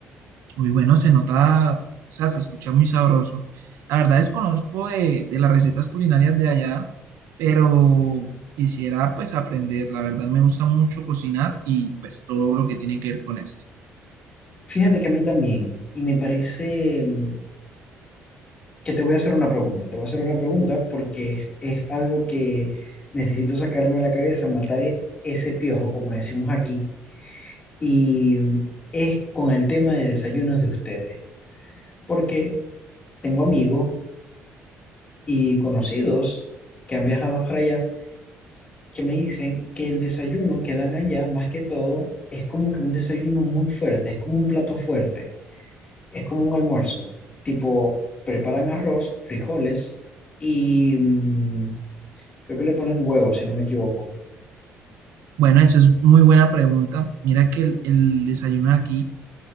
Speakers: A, on the right; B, on the left.
A: Muy bueno, se nota, o sea, se escucha muy sabroso. La verdad desconozco de, de las recetas culinarias de allá, pero quisiera pues aprender. La verdad me gusta mucho cocinar y pues todo lo que tiene que ver con esto.
B: Fíjate que a mí también, y me parece mm, que te voy a hacer una pregunta, te voy a hacer una pregunta porque es algo que necesito sacarme de la cabeza, matar e- ese piojo, como decimos aquí, y mm, es con el tema de desayunos de ustedes, porque tengo amigos y conocidos que han viajado para allá que me dicen que el desayuno que dan allá, más que todo, es como que un desayuno muy fuerte, es como un plato fuerte. es como un almuerzo. Tipo, preparan arroz, frijoles y mm, creo que le ponen huevo, si no me equivoco.
A: Bueno, eso es muy buena pregunta. Mira que el, el desayuno de aquí,